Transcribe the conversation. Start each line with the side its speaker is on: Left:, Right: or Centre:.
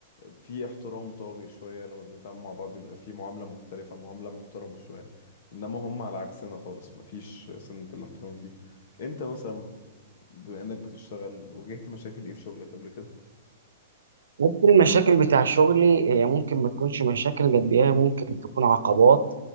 Left: في احترام طاغي شوية لما بنتعامل مع بعض بيبقى في معاملة مختلفة معاملة محترمة شوية انما هم على عكسنا خالص مفيش سنة الاحترام دي انت مثلا بما انك بتشتغل واجهت مشاكل ايه في شغلك قبل كده
Right: ممكن المشاكل بتاع شغلي هي ممكن ما تكونش مشاكل قد ايه هي ممكن تكون عقبات